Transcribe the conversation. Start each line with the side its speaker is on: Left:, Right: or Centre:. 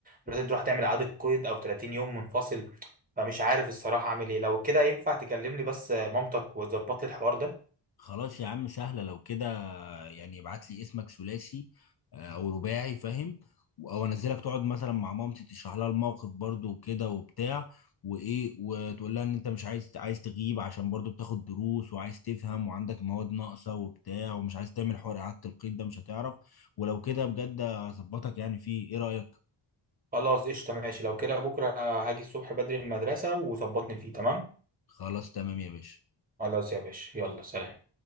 Right: لازم تروح تعمل اعاده قيد او 30 يوم منفصل فمش عارف الصراحه اعمل ايه لو كده ينفع تكلمني بس آه، مامتك وتظبط لي الحوار ده
Left: خلاص يا عم سهله لو كده يعني ابعت لي اسمك ثلاثي آه، او رباعي فاهم او انزلك تقعد مثلا مع مامتي تشرح لها الموقف برضو وكده وبتاع وايه وتقول لها ان انت مش عايز عايز تغيب عشان برضو بتاخد دروس وعايز تفهم وعندك مواد ناقصه وبتاع ومش عايز تعمل حوار اعاده القيد ده مش هتعرف ولو كده بجد اظبطك يعني فيه ايه رايك
Right: خلاص قشطه ماشي لو كده بكره هاجي الصبح بدري من المدرسه وظبطني فيه تمام
Left: خلاص تمام يا باشا
Right: خلاص يا باشا يلا سلام